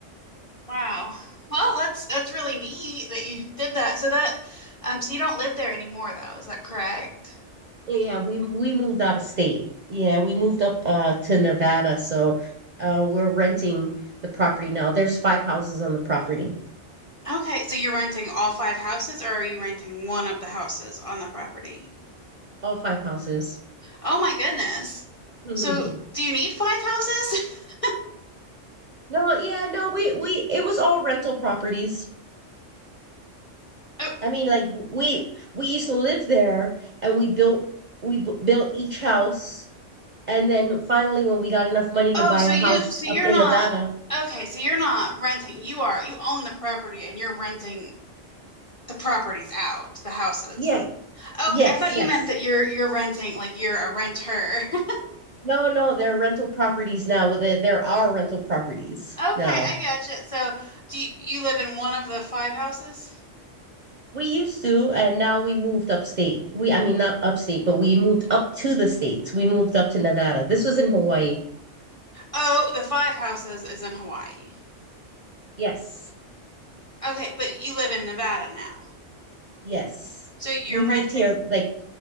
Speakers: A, on the left; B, on the right.
A: Wow. Well, that's that's really neat that you did that. So that, um, so you don't live there anymore though, is that correct?
B: yeah we we moved out of state yeah we moved up uh to Nevada so uh we're renting the property now there's five houses on the property
A: Okay, so you're renting all five houses, or are you renting one of the houses on the property?
B: all five houses.
A: Oh my goodness.
B: <laughs>
A: So do you need five houses? <laughs>
B: No, yeah, no, we we it was all rental properties.
A: Oh,
B: I mean, like w- we we used to live there and we built we b built each house and then finally when we got enough money
A: oh,
B: to buy
A: so
B: a
A: you
B: house
A: so you're
B: up in
A: not
B: Nevada.
A: okay, so you're not renting. You are you own the property and you're renting the properties out, the houses.
B: Yeah. Yes,
A: Okay, I thought
B: yes.
A: you meant that you're you're renting like you're a renter. <laughs>
B: No, no, they're rental properties now. They're, they're our rental properties
A: Okay,
B: now.
A: I gotcha. So do you, you live in one of the five houses?
B: We used to, and now we moved upstate. We, I mean, not upstate, but we moved up to the states. We moved up to Nevada. This was in Hawaii.
A: Oh, the five houses is in Hawaii.
B: Yes.
A: Okay, but you live in Nevada now.
B: Yes.
A: So you're
B: We
A: renting,
B: moved here like